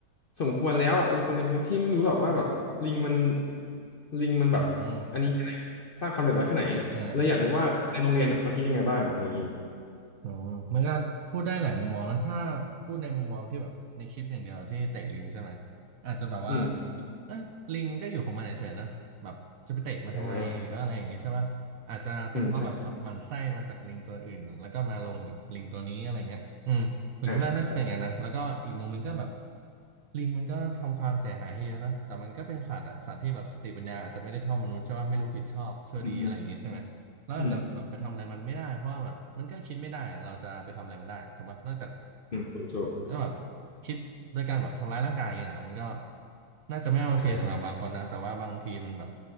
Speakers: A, on the left; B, on the right.
A: สมควรแล้วเป็นคนในพื้นที่ไม่รู้หรอกว่าแบบลิงมันลิงมันแบบอันนี้แค่ไหนอะสร้างความเดือดร้อนแค่ไหนเลยอยากรู้ว่าในโรงเรียนอ่ะเขาคิดยังไงบ้างอะไรอย่างนี้
B: อืมอ่า อ๋อมันก็พูดได้หลายมุมมองนะถ้าพูดในมุมมองที่แบบในคลิปอย่างเดียวที่เตะลิงใช่ไหมอาจจะแบบว่า
A: อืม
B: เอ้ยลิงมันก็อยู่ของมันเฉยๆนะแบบจะไปเตะมันทำไมหรืออะไรอย่างงี้ใช่ป่ะอาจจะเป็นเพราะแบบหมันไส้มาจากลิงตัวอื่นแล้วก็มาลงกับลิงตัวนี้อะไรเงี้ยอืมผมคิดว่าน่าจะเป็นอย่างนั้นนะแล้วก็อีกมุมหนึงก็แบบ
A: อ่าอืมใช่อ่าใช่ใช่
B: ลิงมันก็ทำความเสียหายให้เยอะนะแต่มันก็เป็นสัตว์อะสัตว์ที่แบบสติปัญญาอาจจะไม่ได้เท่ามนุษย์ใช่ป่ะไม่รู้ผิดชอบชั่วดีอะไรอย่างงี้ใช่ไหม
A: อืมอืม
B: เราอาจจะแบบไปทำอะไรมันไม่ได้เพราะว่าแบบมันก็คิดไม่ได้อะเราจะไปทำอะไรมันได้ถูกปะนอกจาก
A: อืมอืมถูกถูก
B: ก็แบบคิดโดยการแบบทำร้ายร่างกายอย่างเงี้ยเหรอมันก็น่าจะไม่โอเคสำหรับบางคนนะแต่ว่าบางทีมันแบบ
A: อ่า